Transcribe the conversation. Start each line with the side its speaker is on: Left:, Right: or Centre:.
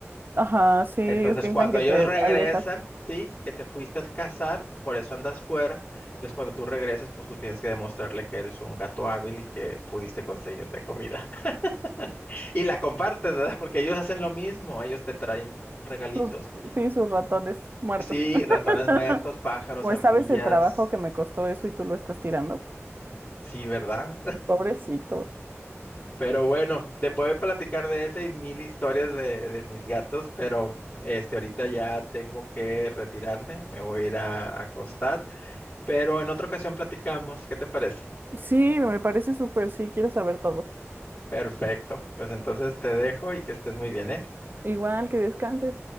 Right: Ajá, sí, ellos
Left: Entonces
Right: piensan
Left: cuando
Right: que
Left: ellos
Right: te
Left: regresan,
Right: alejas.
Left: sí, que te fuiste a casar, por eso andas fuera. Entonces cuando tú regreses, pues tú tienes que demostrarle que eres un gato hábil y que pudiste conseguirte comida. <laughs> Y la compartes, ¿verdad? Porque ellos hacen lo mismo, ellos te traen regalitos.
Right: Sus, sí, sus ratones muertos.
Left: Sí,
Right: <laughs>
Left: ratones muertos, pájaros,
Right: Pues
Left: ardillas.
Right: sabes el trabajo que me costó eso y tú lo estás tirando.
Left: Sí, ¿verdad?
Right: Pobrecito.
Left: Pero bueno, te puedo platicar de esa y mil historias de, de mis gatos, pero este ahorita ya tengo que retirarme, me voy a ir a, a acostar, pero en otra ocasión platicamos, ¿qué te parece?
Right: Sí, me parece súper, sí, quiero saber todo.
Left: Perfecto, pues entonces te dejo y que estés muy bien, ¿eh?
Right: Igual que descanses.